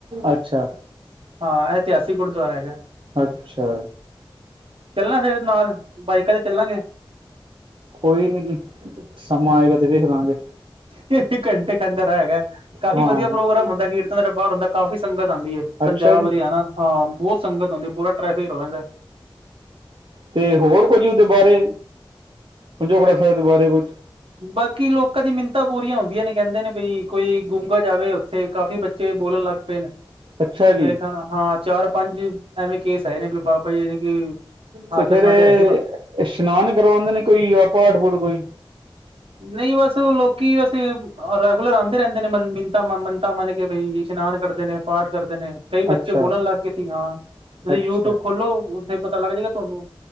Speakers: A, on the right; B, on the right.
A: ਅੱਛਾ
B: ਹਾਂ ਇਤਿਹਾਸਕ ਗੁਰੂਦਵਾਰਾ ਹੈਗਾ।
A: ਅੱਛਾ
B: ਚੱਲਣਾ ਫੇਿਰ ਨਾਲ, ਬਾਈਕਾਂ ਤੇ ਚੱਲਾਂਗੇ।
A: ਕੋਈ ਨੀ ਜੀ, ਸਮਾਂ ਆਏਗਾ ਤੇ ਵਖ ਲਾਂਗੇ।
B: ਇਹ ਘੰਟੇ ਦਾ ਰਾਹ ਹੈਗਾ। ਕਾਫ਼ੀ
A: ਹਾਂਜੀ
B: ਵਧੀਆ ਪ੍ਰੋਗਰਾਮ ਹੁੰਦਾ, ਕੀਰਤਨ ਬਾਹਰ ਹੁੰਦਾ ਕਾਫ਼ੀ ਸੰਗਤ ਆਉਂਦੀ ਹੈਏ ਪੰਜਾਬ
A: ਅੱਛਾ ਜੀ
B: ਹਰਿਆਣਾ ਹਾਂ ਬਹੁਤ ਸੰਗਤ ਹੁੰਦੀ ਪੂਰਾ ਟ੍ਰੈਫਿਕ ਰੁਕ ਜਾਂਦਾ।
A: ਅਤੇ ਹੋਰ ਕੁਝ ਉਹਦੇ ਬਾਰੇ, ਪੰਜੋਖੜਾ ਸਾਹਿਬ ਦੇ ਬਾਰੇ ਕੁਝ।
B: ਬਾਕੀ ਲੋਕਾਂ ਦੀ ਮਿੰਨਤਾਂ ਪੂਰੀਆਂ ਹੁੰਦੀਆਂ ਨੇ ਕਹਿੰਦੇ ਨੇ ਬ ਕੋਈ ਗੂੰਗਾ ਜਾਵੇ। ਇੱਥੇ ਕਾਫ਼ੀ ਬੱਚੇ ਬੋਲਣ ਲੱਗ ਪਏ ਨੇ,
A: ਅੱਛਾ
B: ਮੇਰੇ
A: ਜੀ
B: ਖਿਆਲ ਹਾਂ। ਚਾਰ ਪੰਜ ਐਵੇਂ ਕੇਸ ਆਏ ਨੇ ਵੀ, ਬਾਬਾ ਜੀ ਨੇ ਕਿ ਹਾਜ਼ਰ
A: ਤੇ ਫੇਰ
B: ਨਾਜ਼ਰ ਹੈਗੇ।
A: ਇਸ਼ਨਾਨ ਕਰਵਾਉਂਦੇ ਨੇ ਕੋਈ ਆ ਪਾਠ ਪੂਠ ਕੋਈ
B: ਨਹੀਂ ਬਸ ਲੋਕੀ ਵੈਸੇ ਰੈਗੂਲਰ ਆਉਂਦੇ ਰਹਿੰਦੇ ਨੇ ਮਿਨਤਾ ਮਨਤਾ ਮਨ ਕੇ ਬਈ ਇਸ਼ਨਾਨ ਕਰਦੇ ਨੇ ਪਾਠ ਕਰਦੇ ਨੇ, ਕਈ ਬੱਚੇ
A: ਅੱਛਾ
B: ਬੋਲਣ ਲੱਗ ਗਏ ਸੀ ਹਾਂ। ਤੁਸੀਂ
A: ਅੱਛਾ
B: ਯੂਟਿਊਬ ਖੋਲੋ, ਉੱਥੇ ਪਤਾ ਲੱਗ ਜਾਏਗਾ ਤੁਹਾਨੂੰ